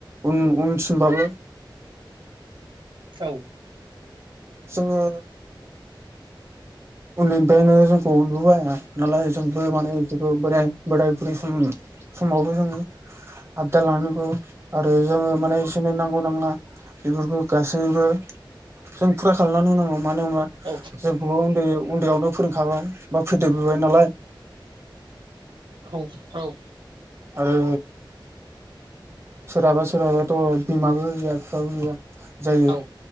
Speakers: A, on the right; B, on the right.
A: उन उनसिम बाबो
B: औ
A: जोङो उन्दैनिफ्रायनो जोंखौ अबोबाया नालाय जोंबो मानेखौ बोराय बोराय बुरै सम समावबो जोङो आबदाल लानांगौ आरो जोङो माने इसिनि नांगौ नाङा बेफोरखौ गासैबो जों फुरा खालामनानै होनांगौ मानो होनबा
B: औ
A: जोंखौबो उन्दै उन्दैयावनो फोरोंखाबाय बा फेदेरबो गय नालाय
B: औ औ
A: आरो सोरहाबा सोरहाबाथ' बिमाबो गैया बिफाबो गैया जायो।
B: औ